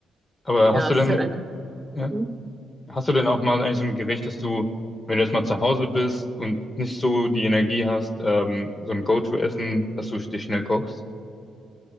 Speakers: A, on the left; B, on the right.
A: Aber hast
B: ja, es
A: du denn
B: ist halt ein,
A: Ja.
B: hm?
A: Hast du denn auch mal eigentlich so ein Gericht, dass du, wenn du jetzt mal zu Hause bist und nicht so die Energie hast, ähm, so ein Go-to-Essen, dass du dich schnell kochst?